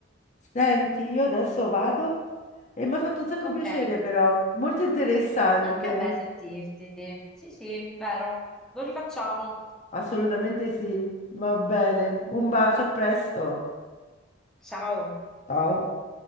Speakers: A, on the left (about 35°); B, in the centre.
A: senti, io adesso vado e mi ha fatto un sacco
B: ok.
A: piacere però, molto interessante.
B: Anche a me sentirti. Sì, sì, vero. Lo rifacciamo.
A: Assolutamente sì, va bene. Un bacio, a presto.
B: Ciao.
A: Ciao.